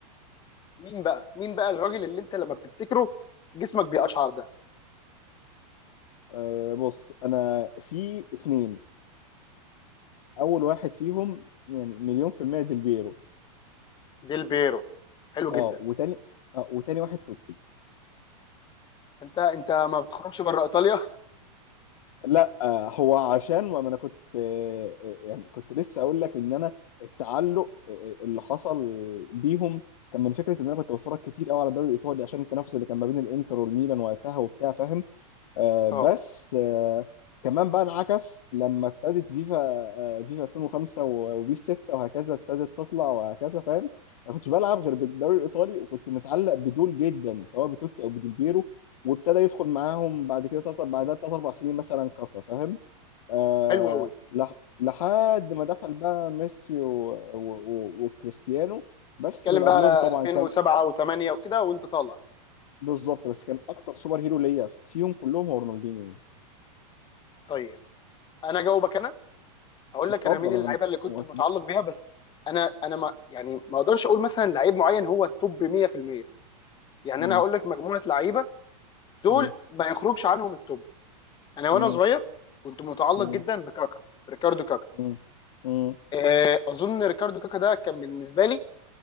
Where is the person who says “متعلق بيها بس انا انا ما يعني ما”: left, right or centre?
Left